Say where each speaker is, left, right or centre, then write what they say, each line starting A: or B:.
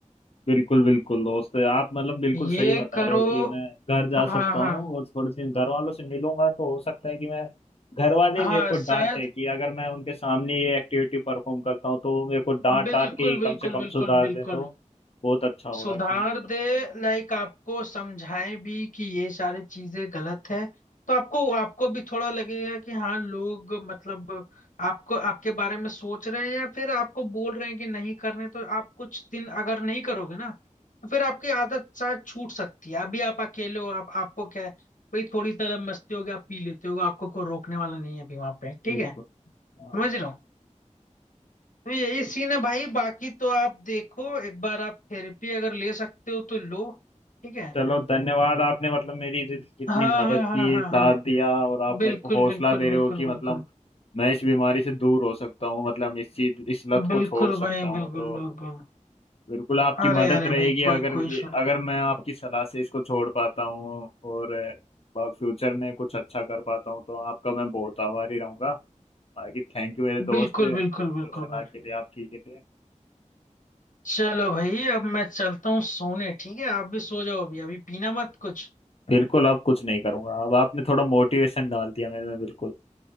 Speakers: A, on the left (about 50°); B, on the left (about 90°).
A: बिल्कुल बिल्कुल दोस्त आप मतलब बिल्कुल सही
B: ये
A: बता
B: करो
A: रहे हो कि मैं घर जा
B: हाँ
A: सकता
B: हाँ
A: हूँ और थोड़े दिन घर वालों से मिलूंगा तो हो सकता है कि मैं घर वाले
B: हाँ
A: ही मेरे को
B: शायद
A: डांटे कि अगर मैं उनके सामने ये एक्टिविटी परफॉर्म करता हूँ तो वो मेरे को डांट
B: बिल्कुल
A: डांट के ही
B: बिल्कुल
A: कम से कम
B: बिल्कुल
A: सुधार
B: बिल्कुल
A: दें तो बहुत अच्छा होगा
B: सुधार
A: कि
B: दे लाइक आपको समझाएं भी कि ये सारी चीजें गलत है तो आपको आपको भी थोड़ा लगेगा कि हाँ लोग मतलब आपको आपके बारे में सोच रहे हैं या फिर आपको बोल रहे हैं कि नहीं करने तो आप कुछ दिन अगर नहीं करोगे ना तो फिर आपकी आदत शायद छूट सकती है अभी आप अकेले हो आप आपको क्या है भाई थोड़ी तरह मस्ती होगी आप पी लेते हो आपको कोई रोकने वाला नहीं है अभी वहां पे ठीक
A: बिल्कुल
B: है समझ
A: हाँ
B: रहे हो तो यही सीन है भाई बाकी तो आप देखो एक बार आप थेरेपी अगर ले सकते हो तो लो ठीक है
A: चलो धन्यवाद आपने मतलब मेरी जित- जितनी
B: हाँ
A: मदद
B: हाँ
A: की
B: हाँ हाँ
A: साथ
B: हाँ
A: दिया और आप
B: बिल्कुल
A: मेरे को हौसला
B: बिल्कुल
A: दे रहे
B: बिल्कुल
A: हो कि
B: बिल्कुल
A: मतलब मैं इस बीमारी से दूर हो सकता हूँ मतलब इस चीज इस लत को
B: बिल्कुल
A: छोड़ सकता
B: भाई
A: हूँ
B: बिल्कुल
A: तो
B: बिल्कुल
A: बिल्कुल आपकी
B: अरे
A: मदद
B: अरे
A: रहेगी
B: भाई कोई
A: अगर
B: कोई इशू
A: ये
B: नहीं
A: अगर मैं आपकी सलाह से इसको छोड़ पाता हूँ और फ्यूचर में कुछ अच्छा कर पाता हूँ तो आपका मैं बहुत आभारी रहूंगा बाकी थैंक यू मेरे दोस्त
B: बिल्कुल बिल्कुल बिल्कुल
A: सलाह
B: भाई
A: के लिए आपकी के लिए
B: चलो भाई अब मैं चलता हूँ सोने ठीक है आप भी सो जाओ अभी अभी पीना मत कुछ
A: बिल्कुल अब कुछ नहीं करूंगा अब आपने थोड़ा मोटिवेशन डाल दिया मेरे में बिल्कुल